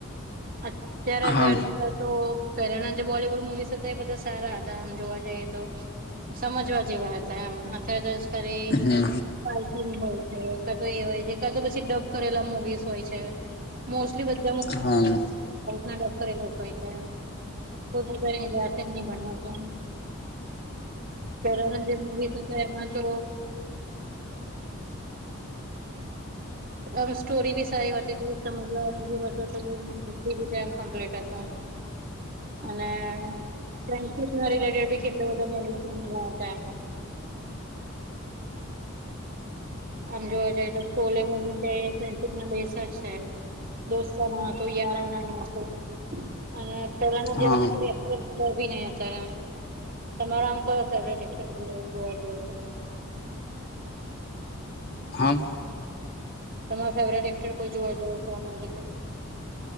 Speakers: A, on the right; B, on the left.
A: હાર. <inaudible> ત્યારે
B: હા
A: આગર તો પહેલાના જે બોલીવુડ મુવીઝ હતા એ બધા સારા હતા આમ જોવા જઈએ તો. સમજવા જેવા હતા એમ અત્યારે તો ખરી
B: હા
A: ફાઈટિંગ હોય છે કા એ હોય છે કા તો પછી ડબ કરેલા મુવીઝ હોય છે મોસ્ટલી બ <unintelligible>
B: હા
A: ના ડબ કરેલા જ હોય છે એમ કોઈ મૂવી જાતે નથી બનાવતા. પહેલાના જે મૂવીઝ હતા એમાં તો આમ સ્ટોરી બી સારી હતી સમજવાનું હતું તો બધી રીતે આમ કોમ્પલેટ હતું. <inaudible> અને ફ્રેન્ડશિપના રિલેટેડ કેટલું બધું મૂવીમાં બતાડતાં. આમ જોવા જઈએ તો સોલે મૂવી છે એ ફ્રેન્ડશીપ ના બેસ જ છે. દોસ્તાના હતું યારાના હતું અને પેલાના
B: હા
A: જેવા નહી અત્યારે એ તમારો આમ કોઈ ફેવરટ એક્ટર જોવા જઈએ તો.
B: હમ.
A: તમાર ફેવરેટ એક્ટર કોઈ જોવા જઈએ તો?